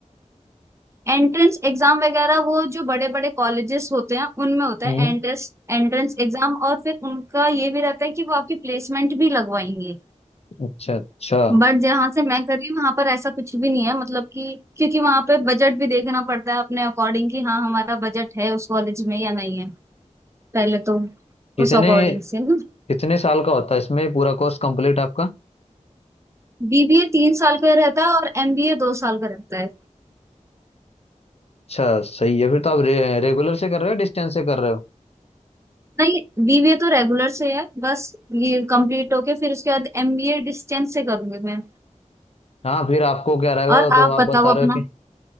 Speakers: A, on the right; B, on the left.
A: एंट्रेंस एग्जाम वगैरह वो जो बड़े बड़े कॉलेजेस होते हैं उनमें होता
B: हम्म
A: है एंट्रेंस एंट्रेंस एग्जाम और फिर उनका ये भी रहता है कि वो आपकी प्लेसमेंट भी लगवाएंगे
B: अच्छा अच्छा
A: बट जहाँ से मैं कर रही हूँ वहां पर ऐसा कुछ भी नहीं है मतलब कि क्योंकि वहां पे बजट भी देखना पड़ता है अपने अकॉर्डिंग कि हाँ हमारा बजट है उस कॉलेज में या नहीं है पहले तो
B: कितने
A: उस अकॉर्डिंग से ना
B: कितने साल का होता है इसमें पूरा कोर्स कंप्लीट आपका
A: बीबीए तीन साल का रहता है और एमबीए दो साल का रहता है
B: अच्छा सही है फिर तो आप रे, रेगुलर से कर रहे हो डिस्टेंस से कर रहे हो
A: नहीं बीबीए तो रेगुलर से है बस ये कंप्लीट होके फिर उसके बाद एमबीए डिस्टेंस से करूंगी मैं
B: हाँ फिर आपको क्या रहेगा
A: और
B: तो
A: आप
B: आप
A: बताओ
B: बता रहे
A: अपना
B: हो कि